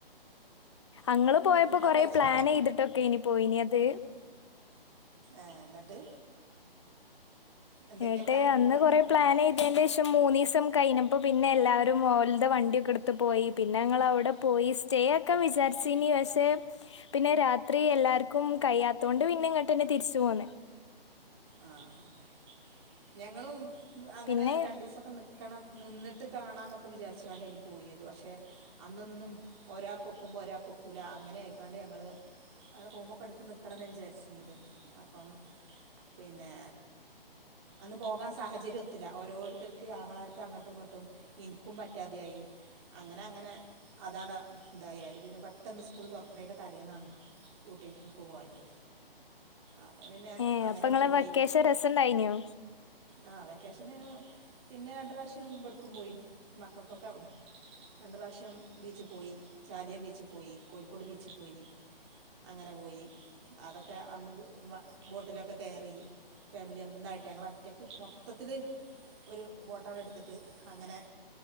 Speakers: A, on the left; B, on the right.
A: അങ്ങൾ പോയപ്പോ
B: ഇന്ന് ഫുഡൊക്കെ
A: കൊറെ
B: കഴിച്ചോ
A: പ്ലാൻ ചെയ്തിട്ടൊക്കെയ്നി പോയിനിയത്
B: ആഹ് എന്നിട്ട് എന്തൊക്കെയാ
A: ന്നട്ട്
B: പ്ലാനിങ്
A: അന്ന്
B: പറയും
A: കൊറേ പ്ലാൻ ചെയ്തേണ്ടേഷം ഒര് മൂന്നീസം കഴിഞ്ഞപ്പൊ പിന്നല്ലാരും ഓൽതെ വണ്ടിയെക്കെടുത്ത് പോയി. പിന്നങ്ങളവടെ. പോയി, സ്റ്റേ ആക്കാൻ വിചാരിച്ചീനി പക്ഷേ, പിന്നെ രാത്രി എല്ലാർ. ക്കും കയ്യാത്തോണ്ട് പിന്നെ, ഇങ്ങട്ടെന്നെ തിരിച്ച് പോന്ന്.
B: ആഹ്, ഞങ്ങളും അങ്ങനെ
A: പിന്നെ
B: രണ്ടീസൊക്കെ നിക് ക്കണം നിന്നിട്ട് കാണാന്നൊക്കെ, വിചാരിച്ചിക്കാണ്ടെയ്നി പോയെത് പക്ഷെ അന്നൊന്നും ഒരാക്കൊക്കുമ്പോ ഒരാകൊക്കൂല, അങ്ങനായിക്കാണ്ട് ഞങ്ങള്. അവടെ റൂമൊക്കെ എട്ത്ത് നിക്കണന്നെ വിചാരിച്ചീന്നത് അപ്പം പിന്നെ. അന്ന് പോകാൻ സാഹചര്യം ഒത്തില്ല. ഓരോര്ത്തർക്ക്, ആങ്ങളാർക്ക് അങ്ങട്ടും, ഇങ്ങട്ടും. ഇൻക്കും പറ്റാതെയായി. അങ്ങനെ, അങ്ങനെ, അതാണ് ഇതായി, അയല് പിന്നെ പെട്ടെന്ന് സ്കൂള് തെറക്ക്ണെയ്ൻ്റെ തലേന്നാണ്. ഊട്ടി ട്രിപ്പ് പോയത് അപ്പ പിന്നെ
A: ഏ
B: അങ്ങനാ
A: അപ്പൊ നിങ്ങളെ
B: പോയി,
A: വെക്കേഷൻ രസണ്ടായിനോ
B: ആ വെക്കേഷന്. പിന്നെ രണ്ട് പ്രാവശ്യം വട്ക്കും പോയി മക്കൾക്കൊക്കെ രണ്ട് പ്രാഷ്യം ബീച്ച് പോയി. ചാലിയം ബീച്ച് പോയി. കോഴിക്കോട് ബീച്ച് പോയി. അങ്ങനെ പോയി, അതൊക്കെ അന്ന് വ ബോട്ടിലൊക്കെ. കേറി, ഫാമിലി ഒന്നായിട്ട് ഞങ്ങളൊറ്റെക്ക് മൊത്തത്തില്. ഒര് ബോട്ടാണ്ടെടുത്തിട്ട് അങ്ങനെ.